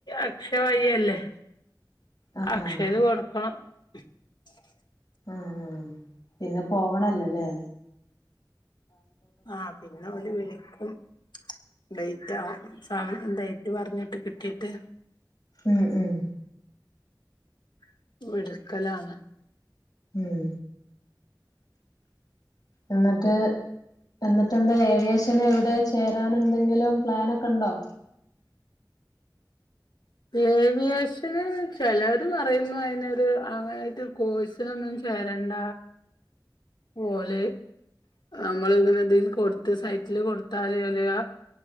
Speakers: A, on the left; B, on the left.
A: അക്ഷയ വഴിയല്ലേ
B: ആഹ്
A: അക്ഷയില് കൊടുക്കണം <unintelligible>
B: ആ ആ പിന്നെ പോവണല്ലൊല്ലേ
A: ആ പിന്നെ അവരു വിളിക്കും ഡേറ്റ് ആ എക്സാമ് ഡേറ്റ് പറഞ്ഞിട്ട് കിട്ടിട്ട്
B: ഉം ഉം
A: <unintelligible>
B: ഉം. എന്നിട്ട് എന്നിട്ടെന്താ ഏവിയേശ <unintelligible> എവിടെ ചേരാൻ എന്തെങ്കിലും പ്ലാനൊക്കെ ഉണ്ടോ?
A: ഏവിയേഷന് ചെലര് പറയുന്നു അതിനൊരു അങ്ങനായിട്ട് കോഴ്സിനൊന്നും ചേരണ്ട പൊല് നമ്മള് ഇങ്ങനെ അതിന്ന് കൊടുത്ത് സൈറ്റില് കൊടുത്താല് വരിക,